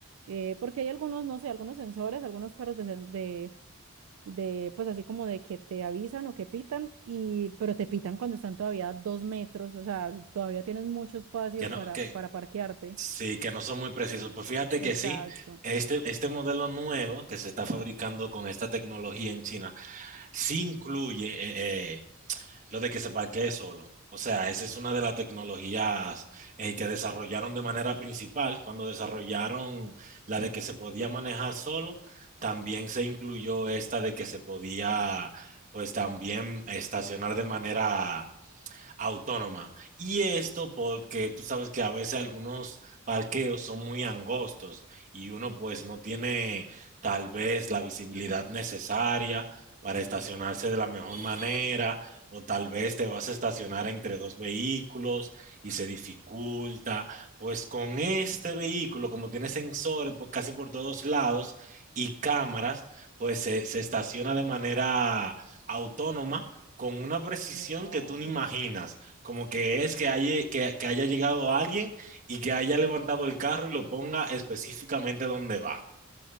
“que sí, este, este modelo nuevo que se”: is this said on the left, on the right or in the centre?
Right